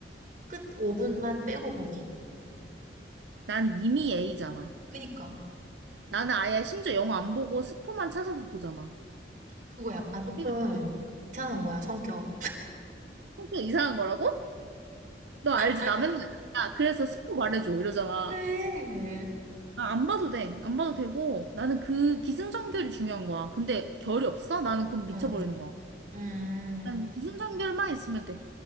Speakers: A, on the right; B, on the right.
A: 끝 5분만 빼고 보기.
B: 난 이미 A잖아.
A: 그니까.
B: 나는 아예 심지어 영어 안 보고 스포만 찾아서 보잖아.
A: 그거 약간 조금
B: 그러니까,
A: 이상한
B: 어.
A: 거야, 성격.
B: 성격 이상한 거라고? 너 알지?
A: 아니,
B: 나 맨날. 야, 그래서 스포 말해줘. 이러잖아.
A: 그래.
B: 아, 안 봐도 돼. 안 봐도 되고, 나는 그 기승전결이 중요한 거야. 근데 결이 없어? 나는 그럼 미쳐버리는
A: 어,
B: 거야.
A: 음.
B: 난 기승전결만 있으면 돼.